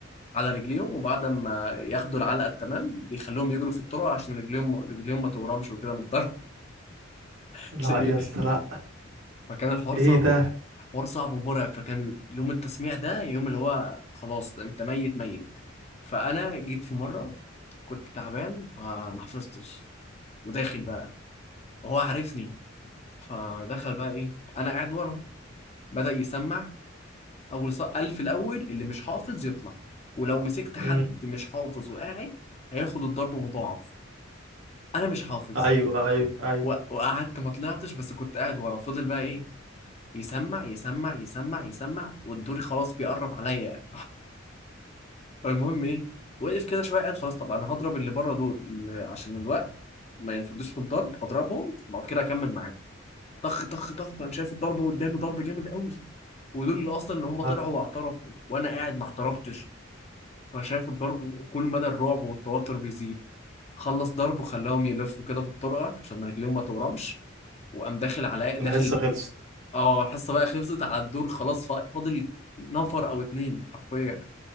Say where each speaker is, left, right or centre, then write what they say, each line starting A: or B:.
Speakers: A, on the left; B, on the right.
A: على رجليهم وبعد ما ياخدوا العلقه التمام بيخلوهم يجروا في الطرق عشان رجليهم رجليهم ما تورمش وكده من الضرب <laughs>
B: لا
A: عشان ي-
B: يا اسطى لا
A: فكان الحوار صعب
B: ايه ده
A: حوار صعب ومرعب فكان يوم التسميع ده يوم اللي هو خلاص انت ميت ميت فانا جيت في مره كنت تعبان فما حفظتش وداخل بقى وهو عارفني فدخل بقى ايه انا قاعد ورا بدأ يسمع اول ص- قال في الاول اللي مش حافظ يطلع ولو مسكت حد
B: امم
A: مش حافظ وقاعد هياخد الضرب مضاعف انا مش حافظ
B: ايوه ايوه ايوه
A: و- وقعدت ما طلعتش بس كنت قاعد ورا فضل بقى ايه يسمع يسمع يسمع يسمع والدوري خلاص بيقرب عليا المهم <laughs> ايه وقف كده شويه قاعد خلاص طب انا هضرب اللي بره دول عشان الوقت ما ينفدوش في الضرب هضربهم بعد كده اكمل معاهم طخ طخ طخ انا شايف الضرب قدامي ضرب جامد قوي ودول اللي اصلا اللي هم طلعوا
B: هاد-
A: واعترفوا وانا قاعد ما اعترفتش فانا شايف الضرب وكل مدى الرعب والتوتر بيزيد خلص ضرب وخلاهم يلفوا كده في الطرقه عشان رجليهم ما تورمش وقام داخل على
B: والحصة
A: داخل
B: خلصت
A: اه الحصه بقى خلصت على الدور خلاص فا- فاضل نفر او اتنين حرفيا